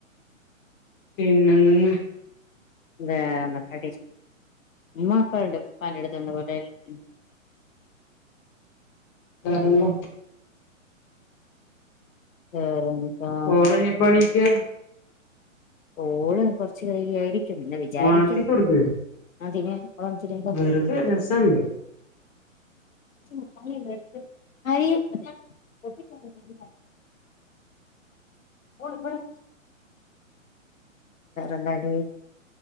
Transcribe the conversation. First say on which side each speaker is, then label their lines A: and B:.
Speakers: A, on the left; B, on the left.
A: പിന്നെന്ത്ന്ന്
B: വേറെന്താടി ഉമ്മ അപ്പറ്ണ്ട് ഉപ്പാന്റെടുത്ത്ണ്ട് കൊനാ യിലിക്കുന്നു
A: വേറെന്ന
B: വേറെന്തൂട്ടാ
A: ഓളെനിപ്പോ എണീക്കാ
B: ഓള് കൊറച്ച് കൈയ്യേരിക്കും പിന്ന വിചാരിക്കും
A: ഒണർത്തി കൊടുക്ക്
B: അതിന് അപ്പോ പിന്നെന്താ
A: വെറുതെ രസല്ലേ
B: മുട്ടായി അ <unintelligible> വേറെ എന്താടീ?